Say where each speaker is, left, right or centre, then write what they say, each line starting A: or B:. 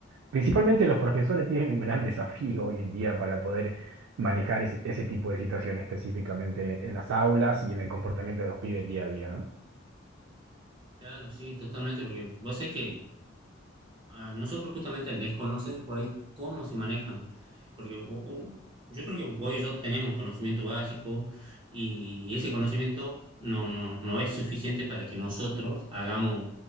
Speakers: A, on the right (about 80°); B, on the right (about 25°).
A: principalmente los profesores tienen un gran desafío hoy en día para poder manejar ese, ese tipo de situaciones específicamente en las aulas y en el comportamiento de los pibes día a día, ¿no?
B: Claro, sí, totalmente, porque vos sabés que A nosotros justamente al desconocer por ahí cómo se manejan, porque o- o- yo creo que vos y yo tenemos conocimiento básico y ese conocimiento no, no, no es suficiente para que nosotros hagamos,